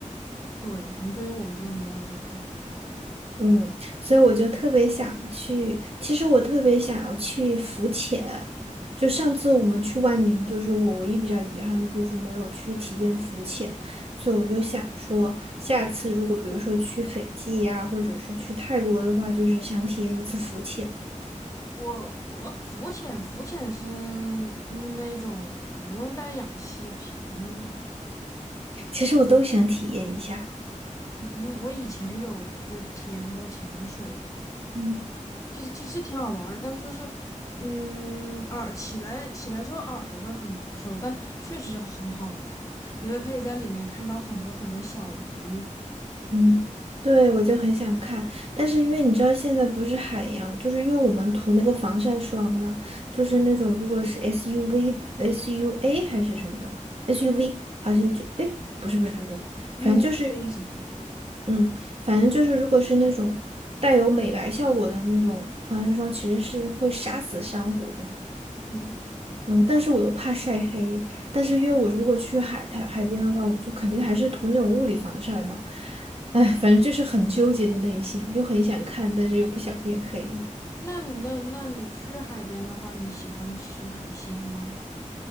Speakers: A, on the left; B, on the right.
A: 对，可能对于我们这个年龄来说太平淡了。
B: 嗯，所以我就特别想去，其实我特别想要去浮潜，就上次我们去万宁，就是我唯一比较遗憾的就是没有去体验浮潜，所以我就想说，下次如果比如说去斐济呀，或者是去泰国的话，就是想体验一次浮潜，
A: 我我浮潜，浮潜是那种不用带氧气瓶的那种吗？
B: 其实我都想体验一下。
A: 嗯，我以前有就是体验过潜水，
B: 嗯。
A: 其实其实挺好玩儿的，但是就是，嗯，耳起来起来之后耳朵会很难受，但确实很好玩儿。你也可以在里面看到很多很多小鱼、
B: 嗯，对，我就很想看，但是因为你知道现在不是海洋，就是因为我们涂那个防晒霜嘛，就是那种如果是 SUV、SUA 还是什么的 SUV，好像就哎，不是不是不是，
A: uv
B: 反正就是
A: 什么玩意儿吧。
B: 嗯，反正就是如果是那种带有美白效果的那种防晒霜，其实是会杀死珊瑚的嘛。
A: 嗯，
B: 嗯，但是我又怕晒黑，但是因为我如果去海滩海边的话，我就肯定还是涂那种物理防晒嘛。哎，反正就是很纠结的内心，又很想看，但是又不想变黑。
A: 那你那那你去海边的话，你喜欢吃海鲜吗？